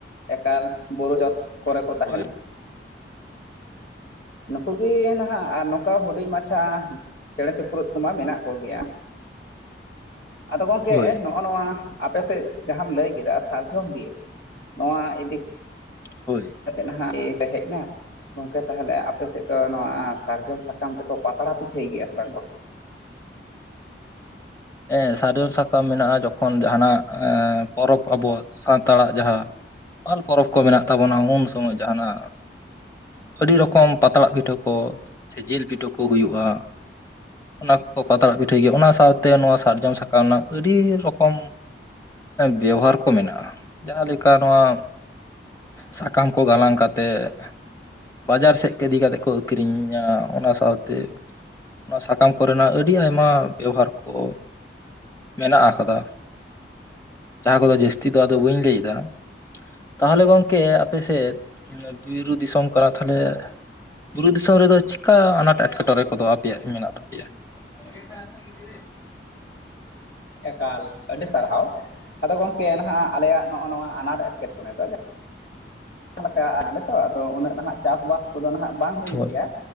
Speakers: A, on the left; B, on the left.
A: ᱮᱠᱟᱞ ᱵᱩᱨᱩ ᱪᱚᱴ ᱠᱚᱨᱮ ᱠᱚ ᱛᱟᱦᱮᱱᱟ
B: ᱦᱳᱭ
A: ᱱᱩᱠᱩ ᱜᱮ ᱱᱟᱦᱟᱜ, ᱟᱨ ᱱᱚᱝᱠᱟ ᱦᱩᱰᱤᱧ ᱢᱟᱪᱷᱟ ᱪᱮᱬᱮ ᱪᱤᱯᱨᱩᱫ ᱠᱚᱢᱟ ᱢᱮᱱᱟᱜ ᱠᱚᱜᱮᱭᱟ ᱾ ᱟᱫᱚ ᱜᱚᱢᱠᱮ
B: ᱦᱳᱭ
A: ᱱᱚᱜᱼᱚ ᱱᱚᱣᱟ, ᱟᱯᱮᱥᱮᱫ ᱡᱟᱦᱟᱸᱢ ᱞᱟᱹᱭ ᱠᱮᱫᱟ ᱥᱟᱨᱡᱚᱢ ᱵᱤᱨ ᱱᱚᱣᱟ ᱤᱫᱤ
B: ᱦᱳᱭ
A: ᱠᱟᱛᱮᱫ <unintelligible> ᱦᱮᱡ ᱱᱟ ᱜᱚᱝᱠᱮ ᱛᱟᱦᱟᱞᱮ ᱟᱯᱮᱥᱮᱜ ᱫᱚ ᱱᱚᱣᱟ ᱥᱟᱨᱡᱚᱢ ᱥᱟᱠᱟᱢ ᱛᱮᱠᱚ ᱯᱟᱛᱲᱟ ᱯᱤᱴᱷᱟᱹᱭ ᱜᱤᱭᱟ ᱥᱮ ᱵᱟᱝ ᱜᱚᱝᱠᱮ?
B: ᱮᱸ ᱥᱟᱨᱚᱢ ᱥᱟᱠᱟᱢ ᱢᱮᱱᱟᱜᱼᱟ ᱡᱚᱠᱷᱚᱱ ᱡᱟᱦᱟᱱᱟᱜ ᱮ ᱯᱚᱨᱚᱵᱽ ᱟᱵᱚᱣᱟᱜ ᱥᱟᱱᱛᱟᱲᱟᱜ ᱡᱟᱦᱟᱸ ᱯᱟᱞ ᱯᱚᱨᱚᱵᱽ ᱠᱚ ᱢᱮᱱᱟᱜ ᱛᱟᱵᱚᱱᱟ ᱩᱱ ᱥᱳᱢᱳᱭ ᱡᱟᱦᱟᱱᱟᱜ ᱟᱹᱰᱤ ᱨᱚᱠᱚᱢ ᱯᱟᱛᱲᱟᱜ ᱯᱤᱴᱷᱟᱹ ᱠᱚ ᱥᱮ ᱡᱤᱞ ᱯᱤᱴᱷᱟᱹ ᱠᱚ ᱦᱩᱭᱩᱜᱼᱟ ᱾ ᱚᱱᱟ ᱠᱚᱠᱚ ᱯᱟᱛᱲᱟ ᱯᱤᱴᱷᱟᱹᱭ ᱜᱮᱭᱟ ᱚᱱᱟ ᱥᱟᱶᱛᱮ ᱱᱚᱣᱟ ᱥᱟᱨᱡᱚᱢ ᱥᱟᱠᱟᱢ ᱨᱮᱱᱟᱜ ᱟᱹᱰᱤ ᱨᱚᱠᱚᱢ ᱵᱮᱣᱦᱟᱨ ᱠᱚ ᱢᱮᱱᱟᱜᱼᱟ, ᱡᱟᱦᱟᱸ ᱞᱮᱠᱟ ᱱᱚᱣᱟ ᱥᱟᱠᱟᱢ ᱠᱚ ᱜᱟᱞᱟᱝ ᱠᱟᱛᱮᱜ ᱵᱟᱡᱟᱨ ᱥᱮᱜ ᱤᱫᱤ ᱠᱟᱛᱮᱜ ᱠᱚ ᱟᱹᱠᱷᱨᱤᱧᱟ ᱚᱱᱟ ᱥᱟᱶᱛᱮ ᱚᱱᱟ ᱥᱟᱠᱟᱢ ᱠᱚᱨᱮᱱᱟᱜ ᱟᱹᱰᱤ ᱟᱭᱢᱟ ᱵᱮᱣᱦᱟᱨ ᱠᱚ ᱠᱚ ᱢᱮᱱᱟᱜ ᱟᱠᱟᱫᱟ ᱾ ᱡᱟᱸᱦᱟ ᱠᱚᱫᱚ ᱡᱟᱹᱥᱛᱤ ᱫᱚ, ᱟᱫᱚ ᱵᱟᱹᱧ ᱞᱟᱹᱭᱫᱟ ᱾ ᱛᱟᱦᱚᱞᱮ ᱜᱚᱝᱠᱮ ᱟᱯᱮ ᱥᱮᱫ <unintelligible> ᱵᱩᱨᱩ ᱫᱤᱥᱚᱢ ᱠᱟᱱᱟ ᱛᱟᱦᱚᱞᱮ ᱵᱩᱨᱩ ᱫᱤᱥᱚᱢ ᱨᱮᱫᱚ ᱪᱮᱠᱟ ᱟᱱᱟᱴ ᱮᱴᱠᱮᱴᱚᱬᱮ ᱠᱚᱫᱚ ᱟᱯᱮᱭᱟᱜ ᱢᱮᱱᱟᱜ ᱛᱟᱯᱮᱭᱟ? <inaudible>
A: ᱮᱠᱟᱞ ᱟᱹᱰᱤ ᱥᱟᱨᱦᱟᱣ ᱟᱫᱚ ᱜᱚᱝᱠᱮ ᱱᱟᱦᱟᱜ ᱟᱞᱮᱭᱟᱜ ᱱᱚᱜᱼᱚ ᱱᱚᱣᱟ ᱟᱱᱟᱴ ᱮᱴᱠᱮᱴᱚᱬᱮ ᱫᱚ ᱡᱟ ᱡᱟᱦᱟᱸ ᱞᱮᱠᱟ ᱟᱞᱮ ᱛᱚ ᱟᱫᱚ ᱩᱱᱟᱹᱜ ᱱᱟᱦᱟᱜ ᱪᱟᱥᱵᱟᱥ ᱠᱚᱫᱚ ᱱᱟᱦᱟᱜ ᱵᱟᱝ ᱦᱩᱭᱩᱜ
B: ᱦᱳᱭ
A: ᱜᱮᱭᱟ